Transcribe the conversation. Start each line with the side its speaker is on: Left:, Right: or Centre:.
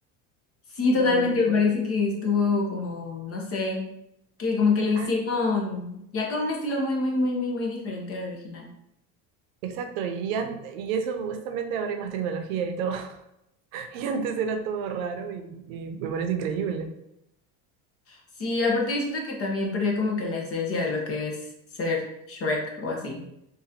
Left: Sí,
Right: No,
Left: totalmente,
Right: no puedo.
Left: me parece que estuvo como, no sé, que como que lo hicieron
Right: Ah,
Left: ya con un estilo muy, muy, muy, muy, muy diferente al original.
Right: Exacto, y, ya y eso justamente ahora hay más tecnología y todo. <laughs> Y antes era todo raro y, y me parece increíble.
Left: Sí, aparte yo siento que también perdió como que la esencia de lo que es ser Shrek o así.